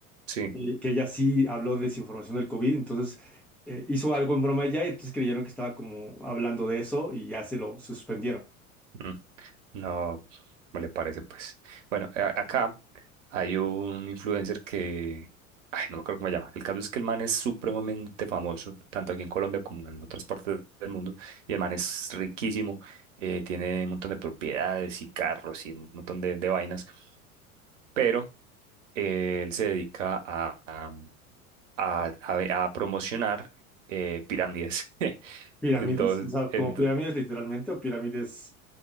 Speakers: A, on the right; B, in the centre.
A: sí.
B: eh, que ella sí habló de desinformación del COVID, entonces eh, hizo algo en broma ella y entonces creyeron que estaba como hablando de eso y ya se lo suspendieron.
A: Mm. No, ¿Cómo le parece, pues? Bueno, a- acá hay un influencer que, ay, no me acuerdo cómo se llama. El caso es que el man es supremamente famoso, tanto aquí en Colombia como en otras partes del mundo, y el man es riquísimo, eh, tiene un montón de propiedades y carros y un montón de, de vainas, pero eh, él se dedica a, a, a- a- a promocionar eh, pirámides, <laughs>
B: ¿Pirámides?
A: entonces,
B: O sea,
A: ento-
B: como pirámides literalmente o pirámides...